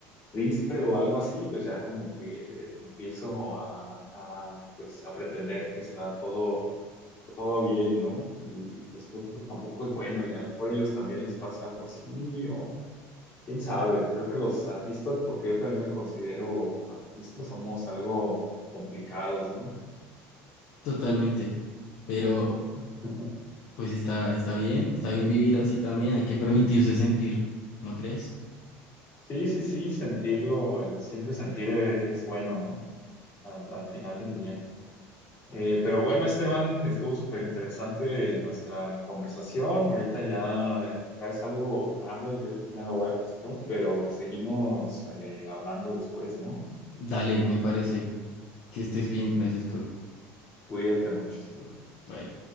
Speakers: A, on the left; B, on the left.
A: triste o algo así, pues ya como que empiezo a, a, pues, a pretender que está todo, todo bien, ¿no? Y pues creo que eso tampoco es bueno y a lo mejor a ellos también les pasa algo así o... Quién sabe, creo que los artistas, porque yo también me considero artista, somos algo complicados, ¿no?
B: totalmente. Pero
A: <laughs>
B: pues está, está bien, está bien vivir así también, hay que permitirse sentir, ¿no crees?
A: Sí, sí, sí, sentirlo, eh, siempre sentir eh, es bueno, ¿no? Al, al final del día. Eh, pero bueno, Esteban, estuvo súper interesante nuestra conversación. Ahorita ya, eh, ya es algo tarde, yo creo que ya me voy a acostar, pero seguimos eh, hablando después, ¿no?
B: Dale, me parece que estés bien, Francisco.
A: Cuídate mucho, hasta luego.
B: Bye.